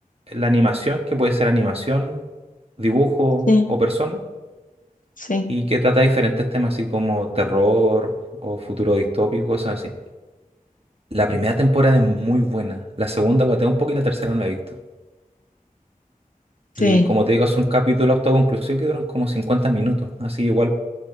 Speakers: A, on the right (about 40°); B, on the left (about 65°).
A: la animación, que puede ser animación, dibujo
B: sí,
A: o persona,
B: sí,
A: y que trata diferentes temas, así como terror o futuro distópico, cosas así. La primera temporada es muy buena. La segunda guatea un poco y la tercera no la he visto.
B: sí.
A: Y como te digo, son capítulos autoconclusivos que duran como 50 minutos. Así igual